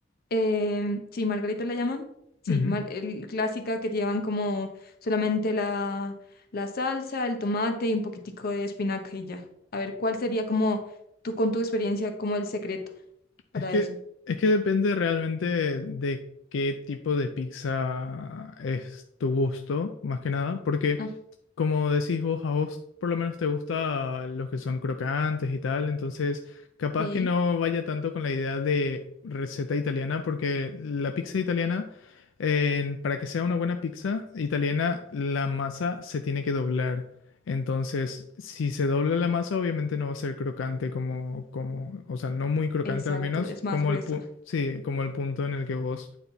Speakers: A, on the left (about 50°); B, on the left (about 75°).
A: Em, sí, Margarita la llaman. Sí,
B: ujú, ujú.
A: mar- el, clásica que llevan como solamente la, la salsa, el tomate y un poquitico de espinaca y ya. A ver, ¿cuál sería como tú con tu experiencia como el secreto para
B: Es que,
A: eso?
B: es que depende realmente de qué tipo de pizza es tu gusto, más que nada, porque
A: Ah,
B: Como decís vos, a vos por lo menos te gusta los que son crocantes y tal, entonces capaz
A: sí,
B: que no vaya tanto con la idea de receta italiana, porque la pizza italiana, eh, para que sea una buena pizza italiana, la masa se tiene que doblar. Entonces, si se dobla la masa, obviamente no va a ser crocante como, como, o sea, no muy crocante
A: exacto,
B: al menos,
A: es más
B: como
A: gruesa.
B: el pu- sí, como el punto en el que vos